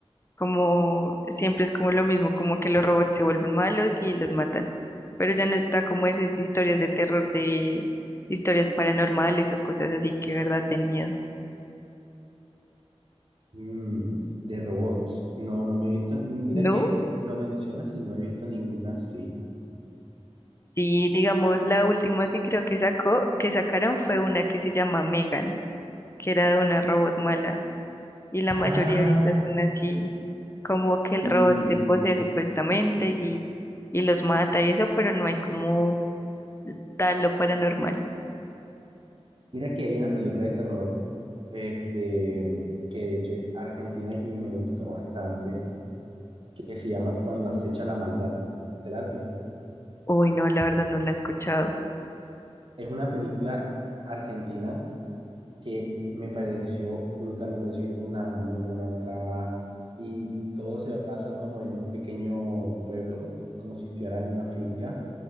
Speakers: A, on the left (about 25°); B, on the right (about 50°).
A: como siempre es como lo mismo, como que los robots se vuelven malos y los matan, pero ya no está como esas historias de terror de historias paranormales o cosas así que de verdad ten miedo.
B: Mm, de robots. No, no me he visto. Mira
A: ¿No?
B: que lo mencionas y no he visto ninguna así.
A: Sí, digamos, la última que creo que sacó, que sacaron fue una que se llama Megan, que era de una robot mala, y la
B: Ah,
A: mayoría ahorita son así, como
B: sí.
A: que el robot se posee supuestamente y, y los mata y eso, pero no hay como tal lo paranormal.
B: Mira que hay una película de terror, este, que de hecho es argentina y me gustó bastante, que se llama Cuando acecha la maldad. ¿Te la has visto?
A: Uy, no, la verdad no la he escuchado.
B: Es una película argentina que me pareció brutal, me pareció que tiene una muy buena trama y todo se basa como en un pequeño pueblo, como si estuviera en una finca